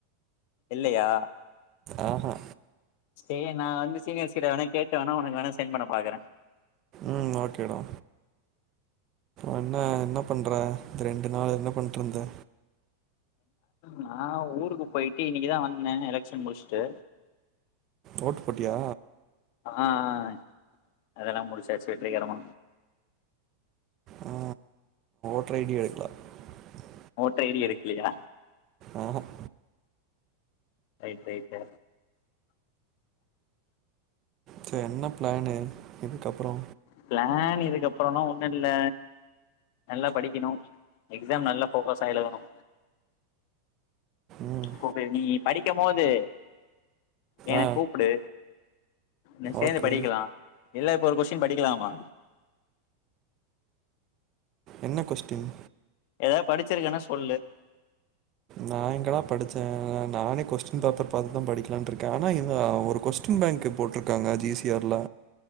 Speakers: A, on the left; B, on the right.
A: இல்லையா
B: ஆஹா
A: சேரி நா வந்து சீனியர்ஸ்கிட்ட வேணா கேட்டு வேணா உனக்கு வேணா சென்ட் பண்ண பாக்குறே
B: உம் ஓகேடா. என்ன என்ன பண்ற இந்த ரெண்டு நாள் என்ன பண்றது
A: நான் ஊருக்கு போயிட்டு இன்னைக்குதான் வந்தேன் எலெக்க்ஷன் முடிச்சுட்டு
B: ஓட்டு போட்டியா
A: ஆ அதெல்லாம் முடிசாச்சு வெற்றிகரமா
B: ஆ <unintelligible>
A: ஓட்டய்டி எடுக்கலையா
B: ஆஹஹ <inaudible>
A: ரைட் ரைட்டு
B: சரி என்ன பிளானு இதுக்கப்புறோ
A: பிளான் இதுக்கப்புறம்லா ஒண்ணுமில்ல, நல்லா படிக்கணும். எக்ஸாம் நல்ல ஃபோக்கஸா எழுதனு
B: ம்
A: கோ பே நீ படிக்கும் போது என
B: ஆ
A: கூப்டு ந சேந்து
B: ஓகே
A: படிக்கலா இல்ல இப்ப ஒரு கொஸ்ஸின் படிக்கலாமா?
B: என்ன கொஸ்டின்?
A: எதாது படிச்சிருக்கனா சொல்லு
B: நா எங்கடா படிச்சே நானே கொஸ்டின் பேப்பர் பாத்துதா படிக்கலான்ட்ருக்க ஆனா ஏ ஒரு கொஸ்டின் பேங்க்கு போட்ருக்காங்க ஜி சி ஆர்ல